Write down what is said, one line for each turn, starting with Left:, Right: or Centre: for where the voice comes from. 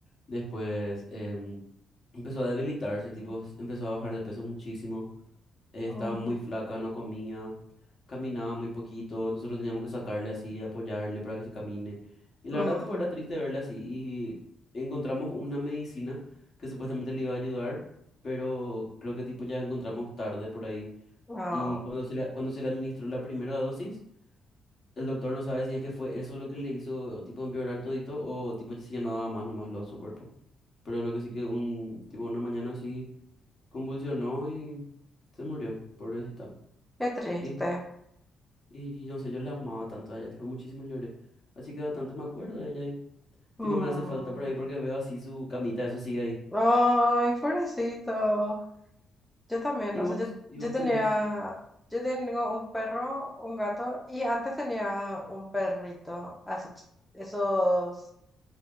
Left: Después em, empezó a debilitarse, tipo, s- empezó a bajar de peso muchísimo, eh,
Centre: mm,
Left: estaba muy flaca, no comía caminaba muy poquito, nosotros teníamos que sacarle así, apoyarle para que se camine. Y la
Centre: mm,
Left: verdad, tipo, era triste verla así. Y encontramos una medicina que supuestamente le iba a ayudar, pero creo que tipo ya encontramos tarde por ahí.
Centre: oh,
Left: Y cuando se le, cuando se le administró la primera dosis, el doctor no sabe si es que fue eso lo que le hizo tipo empeorar todito o tipo si ya no daba más nomás lo su cuerpo. Pero lo que sí que un tipo una mañana así convulsionó y se murió, pobrecita.
Centre: Qué triste.
Left: Y Y yo sé, yo la amaba tanto a ella, tipo, muchísimo lloré. Así que bastante me acuerdo de ella y,
Centre: Mm.
Left: tipo, me hace falta por ahí porque veo así su camita, eso sigue ahí.
Centre: Ay, pobrecito. Yo también,
Left: Y
Centre: o
Left: vos,
Centre: sea, yo,
Left: y
Centre: yo
Left: vos
Centre: tenía,
Left: tenés.
Centre: yo tengo un perro, un gato, y antes tenía un perrito, así, ch- esos,